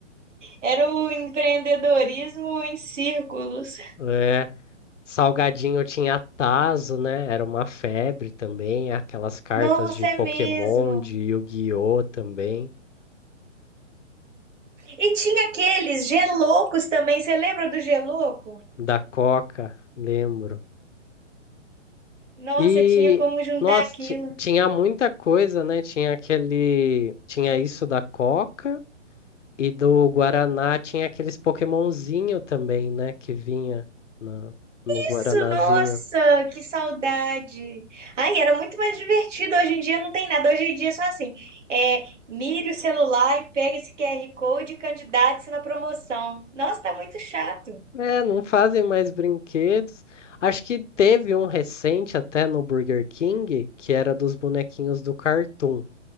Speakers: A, on the right (about 75°); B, on the left (about 75°).
A: Era o empreendedorismo em círculos.
B: É, salgadinho tinha tazo né? Era uma febre também, aquelas cartas
A: Nossa,
B: de
A: é
B: Pokémon,
A: mesmo.
B: de Yu-Gi-Oh! também,
A: E tinha aqueles geloucos também. Você lembra do gelouco?
B: da Coca, lembro.
A: Nossa,
B: E
A: tinha como juntar
B: nossa,
A: aquilo.
B: ti- tinha muita coisa, né? Tinha aquele, tinha isso da Coca E do Guaraná tinha aqueles Pokémonzinho também, né? Que vinha na- no Guaranazinho.
A: Isso, nossa, que saudade. Ai, era muito mais divertido. Hoje em dia não tem nada. Hoje em dia é só assim, é, mire o celular e pega esse QR Code e candidate-se na promoção. Nossa, tá muito chato.
B: É, não fazem mais brinquedos. Acho que teve um recente até no Burger King, que era dos bonequinhos do Cartoon.